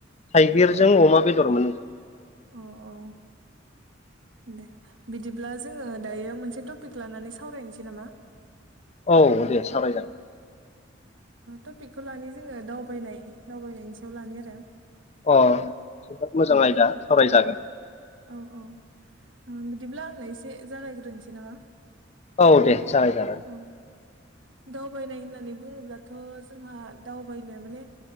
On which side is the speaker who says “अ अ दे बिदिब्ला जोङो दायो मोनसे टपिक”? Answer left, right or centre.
Right